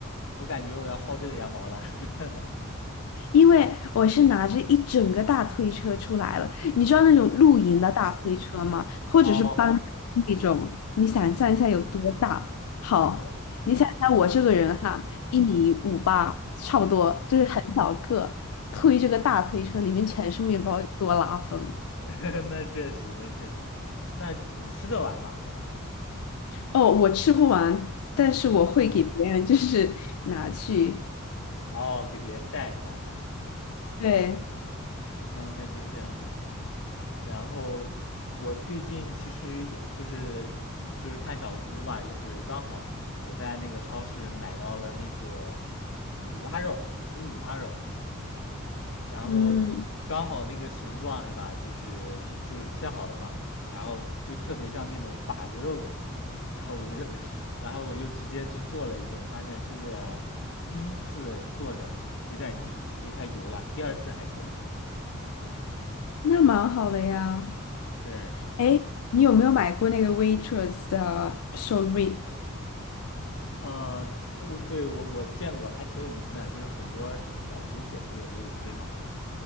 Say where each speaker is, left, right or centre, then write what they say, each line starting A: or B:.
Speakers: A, on the left; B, on the left.
A: 我感觉我要薅这个羊毛了。<laughs>
B: 因为我是拿着一整个大推车出来了，你知道那种露营的大推车吗？或者是搬
A: 哦，
B: 那种，你想象一下有多大？好，
A: 那
B: 你想想我这个人哈，一米五八，差不多，就是很小个，推这个大推车，里面全是面包，有多拉风。
A: <laughs> 那确实，那确实，那你吃得完吗？感觉
B: 哦，我吃不完，但是我会给别人，就是 <laughs> 拿去。
A: 哦，给别人带是吧？就是，
B: 对，
A: 那那就非常不错。然后我最近其实也就是呃就是看小红书嘛，就是刚好我在那个超市买到了那个就五花肉，猪五花肉，然后刚好那个形状是吧，
B: 嗯，
A: 就是就就是切好的嘛，然后就特别像那种把子肉的，然后我就 <laughs> 然后我就直接去做了一顿，发现吃着第一次做的有点腻，就是太油了，第二次还可以，
B: 那蛮好的呀。
A: 对。
B: 哎，你有没有买过那个 Waitrose 的手 rib？
A: 啊，哦，对，我我见过，还挺有名的，就是很多小红书帖子也都有推嘛。